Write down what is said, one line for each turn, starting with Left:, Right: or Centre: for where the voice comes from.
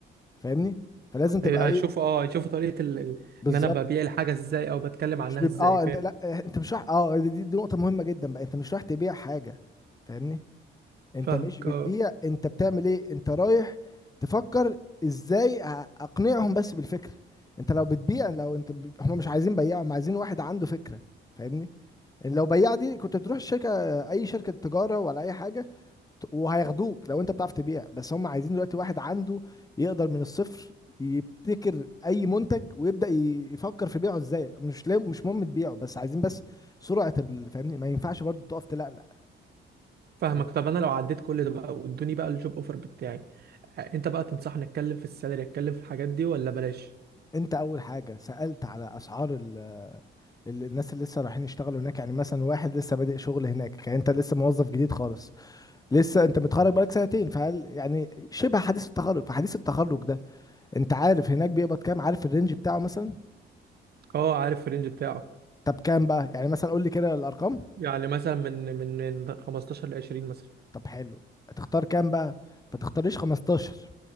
Left: فاهمني فلازم تبقى
Right: إيه،
Left: ايه
Right: هيشوفوا اه هيشوفوا طريقه ال... ال-
Left: بالظبط
Right: ان انا ببيع الحاجه ازاي او بتكلم
Left: مش
Right: عنها
Left: بيبقى
Right: ازاي
Left: اه
Right: فاهم
Left: انت لا اه، انت مش رايح اه دي, دي نقطة مهمة جدا بقى انت مش رايح تبيع حاجة فاهمني انت
Right: فاهمك
Left: مش بتبيع
Right: اه
Left: انت بتعمل ايه انت رايح تفكر ازاي ا- اقنعهم بس بالفكرة انت لو بتبيع لو انت ب... هم مش عايزين بياع هم عايزين واحد عنده فكرة فاهمني لو بياع دي كنت تروح الشركة اي شركة تجارة ولا اي حاجة وهياخدوك لو انت بتعرف تبيع بس هم عايزين دلوقتي واحد عنده يقدر من الصفر يبتكر اي منتج ويبدأ ي- يفكر في بيعه ازاي مش لا- مش مهم تبيعه بس عايزين بس سرعة ال- فاهمني ما ينفعش برضو تقف تلقلق
Right: فاهمك
Left: فاهمني
Right: طب انا لو عديت كل ده بقى وادوني بقى الجوب اوفر بتاعي آه، انت بقى تنصحني اتكلم في السالري اتكلم في الحاجات دي ولا بلاش
Left: انت اول حاجة سألت على اسعار ال... ال- الناس اللي لسه رايحين يشتغلوا هناك يعني مثلا واحد لسه بادئ شغل هناك يعني انت لسه موظف جديد خالص لسه انت متخرج بقالك سنتين فهل يعني شبه حديث التخرج فحديث التخرج ده انت عارف هناك بيقبض كام عارف الرينج بتاعه مثلا
Right: اه عارف الرينج بتاعه
Left: طب كام بقى يعني مثلا قول لي كده الارقام
Right: يعني مثلا من من من 15 ل 20 مثلا
Left: طب حلو هتختار كام بقى ما تختاريش 15